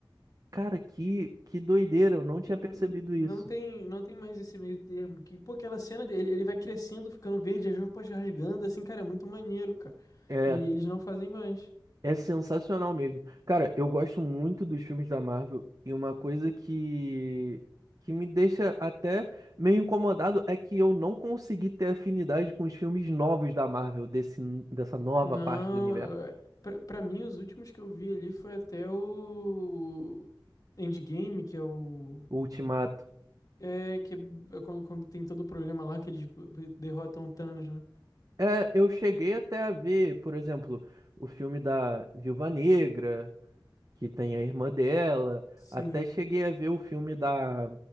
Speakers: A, on the right (about 45°); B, on the left (about 45°).
A: Cara, que, que doideira, eu não tinha
B: E n-
A: percebido
B: não
A: isso.
B: tem, não tem mais esse meio termo. Que, pô, aquela cena dele, ele vai crescendo, ficando verde, as roupas rasgando, assim, cara, é muito maneiro, cara.
A: É.
B: E eles não fazem mais.
A: É sensacional mesmo. Cara, eu gosto muito dos filmes da Marvel e uma coisa que que me deixa até meio incomodado é que eu não consegui ter afinidade com os filmes novos da Marvel, desse, dessa nova
B: Não,
A: parte do universo,
B: é, pra, pra mim, os últimos que eu vi ali foi até o Endgame, que é o.
A: o Ultimato.
B: É, que é quando, quando tem todo o problema lá, que eles b- b- derrotam o Thanos, né?
A: É, eu cheguei até a ver, por exemplo, o filme da Viúva Negra, que tem a irmã dela,
B: Sim.
A: até cheguei a ver o filme da